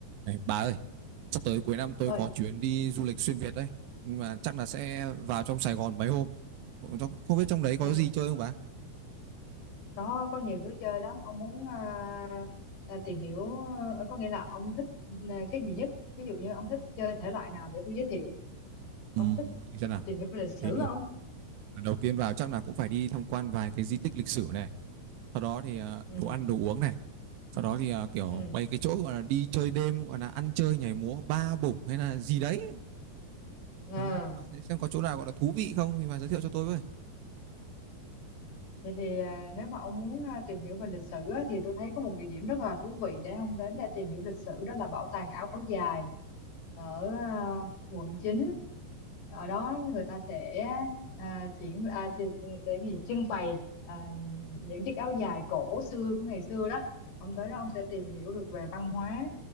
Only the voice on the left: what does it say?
ơi
ừ
có có nhiều thứ chơi lắm ông muốn à, à, tìm hiểu à, có nghĩa là ông thích à, cái gì nhất ví dụ như ông thích chơi thể loại nào để tôi giới thiệu
ông có thích
tìm hiểu về lịch sử
không
ừ
ừ
à.
Vậy thì à, nếu mà ông muốn à, tìm hiểu về lịch sử á, thì tôi thấy có một địa điểm rất là thú vị để ông đến để tìm hiểu lịch sử đó là bảo tàng áo dài ở à, quận chín Ở đó người ta sẽ à, triển à, chi- để gì trưng bày à, những chiếc áo dài cổ xưa của ngày xưa đó. Ông tới đó ông sẽ tìm hiểu được về văn hóa